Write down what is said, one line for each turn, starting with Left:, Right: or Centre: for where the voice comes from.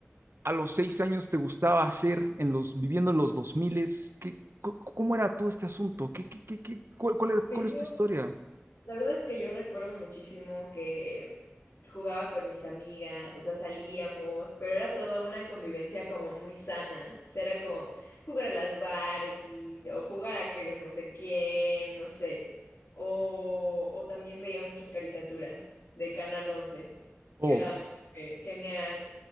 Right: a los seis años te gustaba hacer en los, viviendo en los dos miles, ¿Qué, ¿Cómo era todo este asunto? ¿Qué, qué, qué, qué- cuál, cuál era-
Left: Pues
Right: cuál
Left: yo
Right: es tu historia?
Left: La verdad es que yo recuerdo muchísimo que jugaba con mis amigas, o sea, salíamos, pero era toda una convivencia como muy sana. O sea, era como jugar a las Barbies o jugar a que eres no sé quién, no sé. O, o también veía muchas caricaturas de Canal once
Right: Oh,
Left: Eran como que genial.